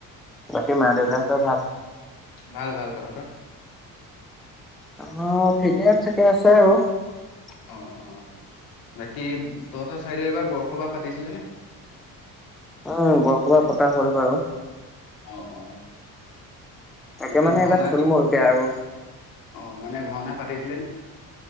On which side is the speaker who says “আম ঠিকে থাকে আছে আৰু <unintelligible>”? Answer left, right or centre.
Centre